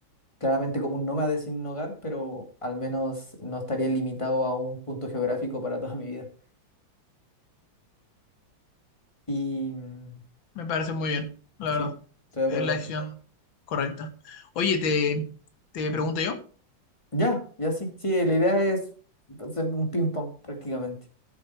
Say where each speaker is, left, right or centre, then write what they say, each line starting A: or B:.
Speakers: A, on the left; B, on the left.
A: Claramente como un nómade sin hogar, pero al menos no estaría limitado a un punto geográfico para toda mi vida. Y mm,
B: Me parece muy bien, la
A: sí,
B: verdad.
A: estoy de acuerdo
B: Es la
A: contigo.
B: decisión correcta. Oye, te, te pregunto yo.
A: Ya, ya sí. Sí, la idea es hacer un ping-pong prácticamente.